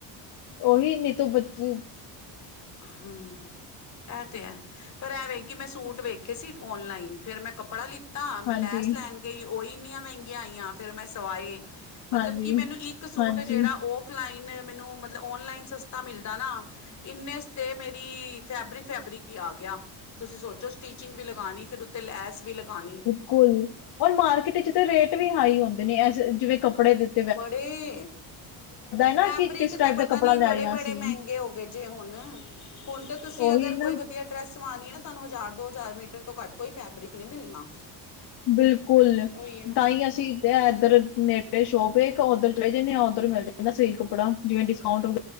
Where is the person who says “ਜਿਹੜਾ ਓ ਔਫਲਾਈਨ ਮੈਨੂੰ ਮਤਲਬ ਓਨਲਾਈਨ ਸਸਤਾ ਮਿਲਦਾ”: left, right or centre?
Left